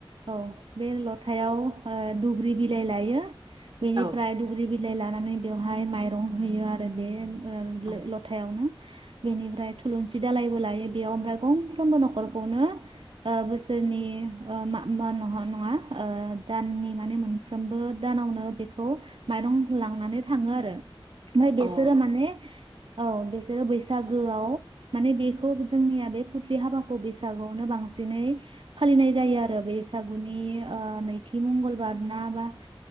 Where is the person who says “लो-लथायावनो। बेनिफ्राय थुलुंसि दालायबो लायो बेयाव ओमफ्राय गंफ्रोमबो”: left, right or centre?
Right